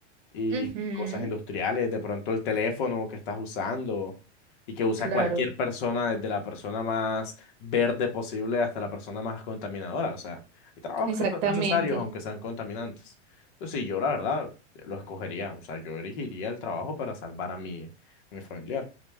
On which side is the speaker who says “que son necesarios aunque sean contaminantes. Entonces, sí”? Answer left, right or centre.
Left